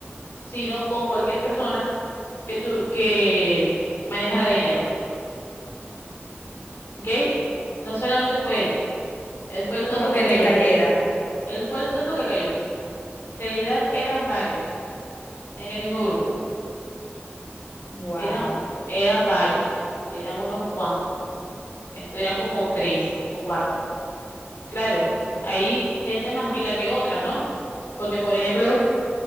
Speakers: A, on the left (about 75°); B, on the left (about 55°).
A: sino con cualquier persona que, tu, que manejara dinero, ¿ok? No solamente fue él, él fue el tonto
B: Como que
A: que
B: el
A: cayó,
B: que cayera.
A: él fue el tonto que cayó. En realidad eran varios en el mismo grupo,
B: Wow.
A: eran, eran varios, eran unos cuantos, esto eran como tres o cuatro. Claro, hay gente más pila que otras, ¿no? Porque, por ejemplo,